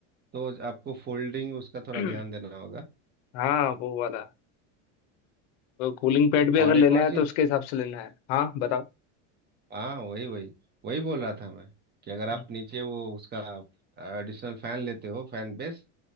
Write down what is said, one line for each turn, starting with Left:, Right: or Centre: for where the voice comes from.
Right: तो आपको फोल्डिंग उसका थोड़ा
Left: <clears throat>
Right: ध्यान देना होगा
Left: हाँ वो वाला कूलिंग पैड भी अगर
Right: और
Left: लेना
Right: एक और
Left: है
Right: चीज
Left: तो उसके हिसाब से लेना है हाँ बताओ
Right: हाँ वही वही वही बोल रहा था मैं कि अगर आप
Left: हम्म,
Right: नीचे वो उसका एडिशनल फैन लेते हो फैन बेस